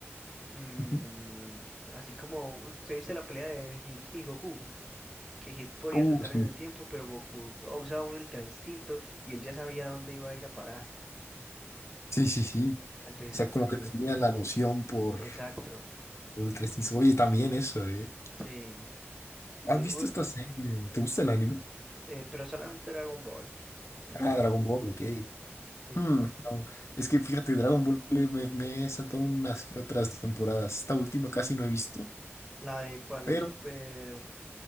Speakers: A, in the centre; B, on the left (about 80°).
A: mm,
B: Ujú.
A: así como se dice la pelea de Hit y Goku. que Hit podía
B: Uh,
A: saltar en
B: sí.
A: el tiempo, pero Goku usaba un ultra instinto y él ya sabía dónde iba a ir a parar.
B: Sí, sí, sí.
A: Entonces
B: O sea,
A: algo
B: como
A: así.
B: que tenía la loción por
A: Exacto.
B: lo del tres niños. Oye, también eso, ¿eh?
A: Sí.
B: ¿Has
A: Te-
B: visto
A: u-
B: esta serie? ¿Te gusta el anime?
A: eh, pero solamente Dragon Ball. Solo
B: Ah,
A: Dragon.
B: Dragon Ball, ok.
A: Sí.
B: Hmm, no. Es que fíjate, Dragon Ball eh, me, me he saltado unas que otras temporadas. Esta última casi no he visto,
A: La de cuál,
B: pero
A: la de Super.